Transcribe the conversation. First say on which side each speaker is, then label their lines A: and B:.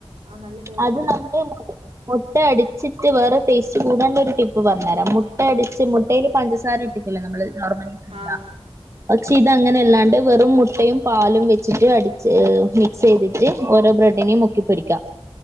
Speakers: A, on the right (about 80°); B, on the right (about 30°).
A: ആഹ് നല്ല ടേസ്റ്റ
B: അത് നമ്മള് മുട്ട അടിച്ചിട്ട് വേറൊരു ടേസ്റ്റ് കൂടാള്ളൊരു ടിപ്പ് പറഞ്ഞരാം മുട്ട അടിച്ച് മുട്ടയില് പഞ്ചസാര ഇട്ടിട്ടല്ലോ നമ്മള് നോർമലിണ്ടാക്കാ?
A: ആഹ്
B: പക്ഷെ ഇതങ്ങനെയല്ലാണ്ട് വെറും മുട്ടയും, പാലും, വെച്ചിട്ട് അടിച്ച് മിക് സെയ്തിട്ട് ഓരോ ബ്രെഡിനിം മുക്കി പൊരിക്കാം